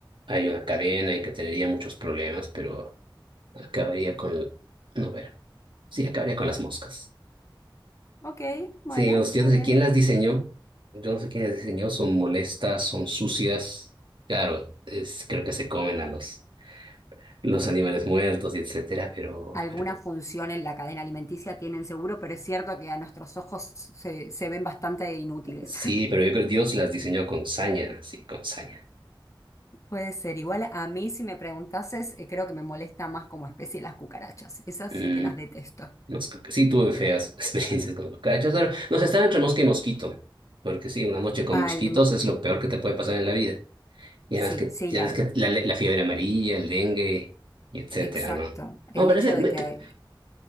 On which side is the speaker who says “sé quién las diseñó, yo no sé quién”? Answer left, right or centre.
Right